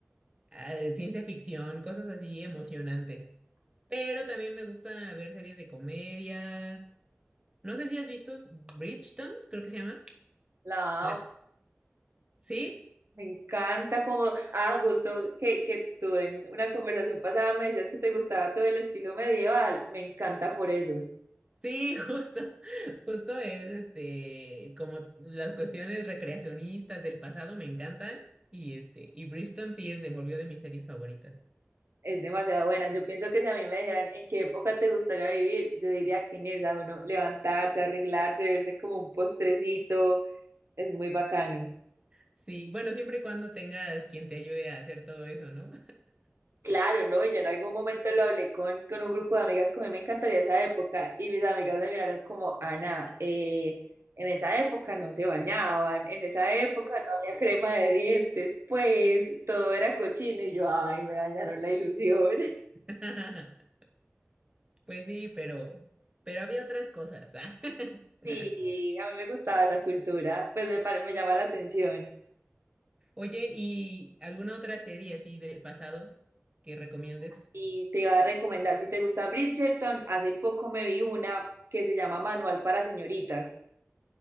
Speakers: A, on the right; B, on the right.
A: ah, ciencia ficción, cosas así emocionantes. Pero también me gusta ver series de comedia. No sé si has visto Bridgerton, creo que se llama.
B: La
A: La... Sí,
B: Me encanta como, ah, justo que, que tú en una conversación pasada me decías que te gustaba todo el estilo medieval. Me encanta por eso.
A: sí, <laughs> justo. Justo es este, como las cuestiones recreacionistas del pasado me encantan. Y este, y Bridgerton sí es, se volvió de mis series favoritas.
B: Es demasiado buena. Yo pienso que si a mí me dijeran en qué época te gustaría vivir, yo diría que en esa uno levantarse, arreglarse, verse como un postrecito, es muy bacano.
A: Sí, bueno, siempre y cuando tengas quien te ayude a hacer todo eso, ¿no?
B: Claro, no, yo en algún momento lo hablé con, con un grupo de amigas que a mí me encantaría esa época y mis amigas me miraron como, Ana, eh, en esa época no se bañaban, en esa época no había crema de dientes, pues todo era cochino y yo, ay, me dañaron la ilusión. <laughs>
A: <laughs> Pues sí, pero, pero había otras cosas, ¿ah? <laughs>
B: Sí, a mí me gustaba esa cultura, pues me, pare- me llama la atención.
A: Oye, ¿y alguna otra serie así del pasado que recomiendes?
B: Y te iba a recomendar, si te gusta Bridgerton, hace poco me vi una que se llama Manual para señoritas.